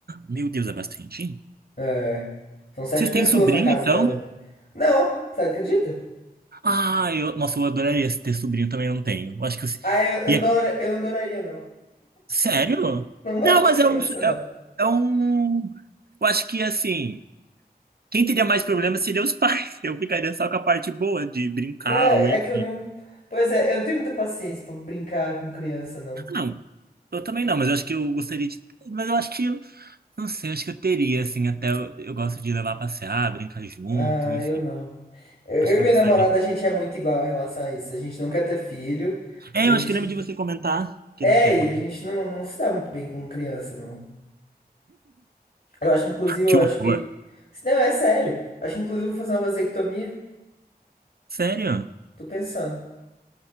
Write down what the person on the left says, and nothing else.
É. São sete
pessoas
na casa
dela, né? Não, você acredita?
Ah, eu, eu
não
dora- eu não adoraria, não.
<laughs> Não gosto
de criança,
não.
Não, é
que eu não. Pois é, eu não tenho muita paciência pra brincar com criança, não.
Ah,
eu não. Eu,
eu
e minha
namorada, a gente é muito igual em relação a isso. A gente não quer ter filho.
E a
gente
É,
e a gente não, não se dá muito bem com criança, não. Eu acho, inclusive, eu
acho
que. Não, é sério. Eu acho que, inclusive, eu vou fazer uma vasectomia.
Tô pensando.